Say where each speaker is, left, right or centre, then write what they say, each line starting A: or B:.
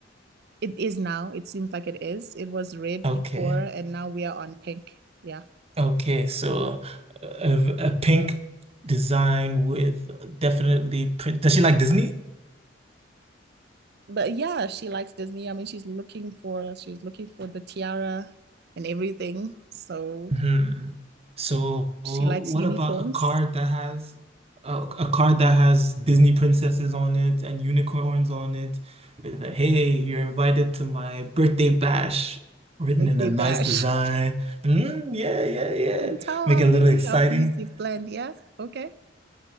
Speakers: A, on the right; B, on the right.
A: It is now. It seems like it is. It was red
B: Okay.
A: before, and now we are on pink. Yeah.
B: Okay. So uh, a, a pink design with definitely print. Does she like Disney?
A: But yeah, she likes Disney. I mean, she's looking for she's looking for the tiara and everything. So
B: Hmm. So what
A: she likes unicorns.
B: about a card that has a, a card that has Disney princesses on it and unicorns on it? With a, hey, you're invited to my birthday bash. Written
A: Like
B: in
A: they
B: a
A: bash.
B: nice design.
A: <laughs>
B: Mm, yeah, yeah, yeah.
A: I can tell
B: Make
A: how
B: it
A: many
B: a little exciting.
A: of these you've planned. Yeah. Okay.